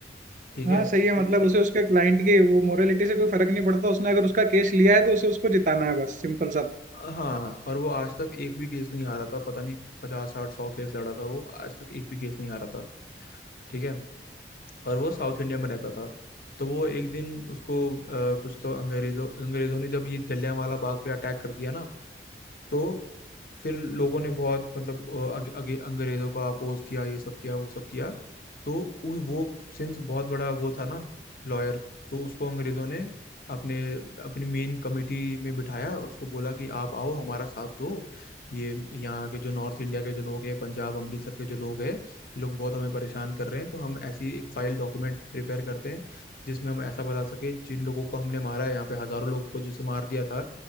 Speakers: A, on the left; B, on the right.
A: ठीक
B: हाँ
A: है
B: सही है
A: तो
B: मतलब उसे उसके क्लाइंट की वो मोरालिटी से कोई फर्क नहीं पड़ता उसने अगर उसका केस लिया है तो उसे उसको जिताना है बस सिंपल सा था
A: हाँ और वो आज तक एक भी केस नहीं हारा था पता नहीं पचास साठ सौ केस लड़ा था वो आज तक एक भी केस नहीं हारा था ठीक है और वो साउथ इंडिया में रहता था तो वो एक दिन उसको अ, कुछ तो अंग्रेजों अंग्रेजों ने जब ये जलियांवाला बाग पे अटैक कर दिया ना तो फिर लोगों ने बहुत मतलब अ, अग, अगे अंग्रेजों का अपोज किया ये सब किया वो सब किया तो उ, वो सिंस बहुत बड़ा वो था ना लॉयर तो उसको अंग्रेजों ने अपने अपनी मेन कमेटी में बिठाया उसको बोला कि आप आओ हमारा साथ दो ये यहाँ के जो नॉर्थ इंडिया के जो लोग हैं पंजाब अमृतसर के जो लोग हैं ये लोग बहुत हमें परेशान कर रहे हैं तो हम ऐसी एक फाइल डॉक्यूमेंट प्रिपेयर करते हैं जिसमें हम ऐसा बता सके जिन लोगों को हमने मारा है यहाँ पे हजारों लोगों को जैसे मार दिया था